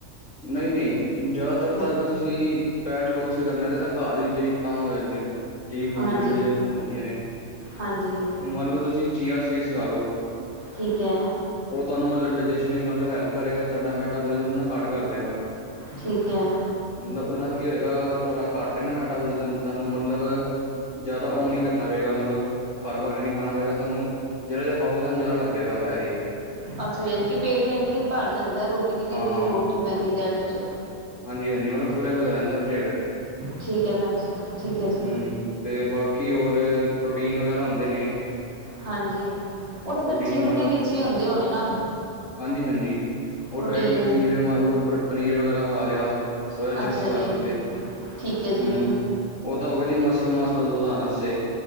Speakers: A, on the left; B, on the right.
A: ਨਹੀਂ-ਨਹੀਂ, ਜਿਆਦਾਤਰ
B: ਹਾਂ
A: ਤਾਂ ਅਗਰ ਤੁਸੀ ਤੁਸੀ ਫੈਟ ਲੋਸ ਹੀ ਕਰਨਾ ਤਾਂ ਘਰ ਦੀ ਚੀਜ਼ਾਂ ਕਮ ਹੋ ਜਾਂਦੀਆਂ ਨੇ। ਜੀ ਹੋਮਮੇਡ
B: ਹਾਂਜੀ
A: ਹੁੰਦੀਆਂ ਨੇ। ਹੁਣ
B: ਹਾਂਜੀ
A: ਮੰਨ ਲਓ ਤੁਸੀਂ ਚੀਆ ਸੀਟਸ ਲਾ ਲਓ।
B: ਠੀਕ ਐ।
A: ਉਹ ਤੁਹਾਨੂੰ ਮਤਲਬ ਡਾਇਜੈਸ਼ਨ ਵਿੱਚ ਮਤਲਬ ਹੈਲਪ ਕਰੇਗਾ ਤੁਹਾਡਾ ਮੈਟਾਬੋਲਿਜ਼ਮ ਨਾ ਘੱਟ ਕਰ ਦੇਗਾ।
B: ਠੀਕ ਐ।
A: ਮਤਲਬ ਉਹਦੇ ਨਾਲ ਕੀ ਹੋਏਗਾ ਅਗਰ ਤੁਹਾਡਾ ਘੱਟ ਹੈ ਨਾ ਮੈਟਾਬੋਲਿਜ਼ਮ ਤੁਹਾਨੂੰ ਮਤਲਬ ਜ਼ਿਆਦਾ ਉਹ ਨੀ ਕਰਨਾ ਪਏਗਾ ਮਤਲਬ ਭਰ-ਭਰ ਕੇ ਨੀ ਖਾਣਾ ਪਏਗਾ ਤੁਹਾਨੂੰ। ਜਰਾ ਜਿਹਾ ਖਾਓਗੇ ਤੁਹਾਨੂੰ ਜ਼ਿਆਦਾ ਲੱਗੇਗਾ ਐ ਹੀ।
B: ਅੱਛਾ, ਯਾਨ ਕਿ ਪੇਟ ਯਾਨੀ ਕਿ ਭਰ ਜਾਂਦਾ। ਰੋਟੀ ਦੀ ਵੀ
A: ਹਾਂ-ਹਾਂ,
B: ਇੰਨੀ ਲੋੜ ਨਹੀਂ ਪੈਂਦੀ ਡੈਟ 'ਚ।
A: ਹਾਂਜੀ-ਹਾਂਜੀ। ਮਲਬ ਫੁੱਲਿਆ ਫਿਲਿਆ ਰਹਿੰਦਾ ਢਿੱਡ।
B: ਠੀਕ ਏ ਭੈਣ‌ ਜੀ। ਠੀਕ ਹੈ ਜੀ
A: ਹਮ, 'ਤੇ ਬਾਕੀ ਹੋਰ ਪ੍ਰੋਟੀਨ ਵਗੈਰਾ ਹੁੰਦੇ ਨੇ।
B: ਹਾਂਜੀ, ਉਹ ਤਾਂ
A: ਪ੍ਰੋਟੀਨ
B: ਫਿਰ ਜਿੰਮ
A: ਮੰਨ
B: ਦੇ
A: ਲਓ
B: ਵਿੱਚ
A: ਤੁਸੀਂ
B: ਹੀ ਹੁੰਦੇ ਹੋਣੇ ਨਾ।
A: ਹਾਂਜੀ-ਹਾਂਜੀ। ਉਹ
B: ਪ੍ਰੋਟੀਨ
A: ਡਾਇਟ ਵਿੱਚ ਹੀ ਜਿਵੇਂ ਮੰਨ ਲਓ ਪਨੀਰ ਵਗੈਰਾ ਖਾ ਲਿਆ। ਸੋਇਆ
B: ਅੱਛਾ
A: ਚੰਕਸ ਖਾ
B: ਜੀ
A: ਲਿੱਤੇ
B: ਠੀਕ ਹੈ ਜੀ
A: ਹਮ। ਉਹ ਤਾਂ ਹੋ ਗਿਆ ਜੀ, ਮਸਲ ਮਾਸ ਮ ਵਧਾਉਣ ਵਾਸਤੇ।